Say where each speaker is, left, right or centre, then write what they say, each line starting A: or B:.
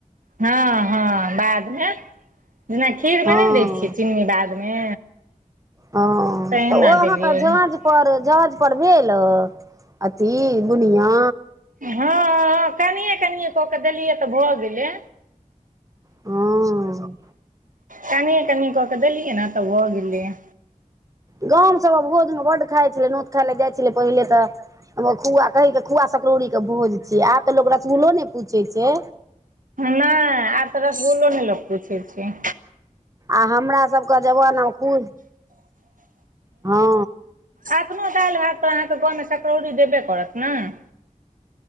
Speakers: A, on the right; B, on the right.
A: हँ हँ बादमे जेना खीरमे
B: हँ
A: नहि दै छियै चिन्नी बादमे
B: हं
A: तहिना
B: त ओ अहाँके
A: देलियै
B: झां
A: ओहिमे।
B: झांझ पर भेल अथि बुनिया
A: हँ कनिए कनिए कऽ केऽ देलियै तऽ भऽ गेलै
B: हँ
A: कनिये कनी क क देलियै न त भ गेलैया
B: गाम सभ मे भोज मे बड्ड खाइ छलै नोत खाय ले जाय छलै पहिले त हॅं खोआ दहि के खोआ सकरौड़ी के भोज छियै आब त लोक रसगुलो ने पूछै छैय
A: नैय आब त रसगुलो नैय लोक पूछै छैय
B: आ हमरा सभके जवाना कुस हँ
A: अखनो दाइल भात पर अहाँके गाँवमे सकड़ौरी देबे करत नाई